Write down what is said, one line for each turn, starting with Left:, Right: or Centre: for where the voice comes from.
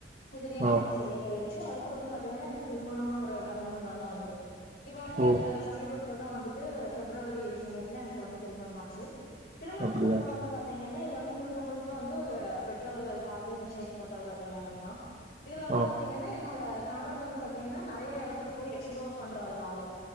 Left: இதுலயே வாழ்க்கை
Right: ஆ
Left: தெரியா போயிருச்சு அடுத்து வந்து பாத்தீங்கன்னா எனக்கு திருமணம்னு ஒரு கமிட்மெண்ட் வந்து வந்தது இப்ப வந்து எனக்கு
Right: ஓ
Left: சமீபத்துலதா வந்துட்டு பிப்ரவரி சமயத்துல எனக்கு வந்து திருமணமாச்சு திருமணத்துக்கு
Right: அப்டியா
Left: அப்புற வந்து பாத்தீங்கன்னா இது வந்து முழுக்க முழுக்க வந்து ஒரு பெற்றோர்கள் பாத்து நிச்சயிக் ப்பட்ட ஒரு கல்யாணந்தா இதுல வந்து
Right: ஆ
Left: பாத்தீங்கன்னா என்னோட கணவர் வந்து பாத்தீங்கன்னா நெறைய எடத்துக்கு போயி எக்ஸ்போ பண்ற ஒரு ஆள்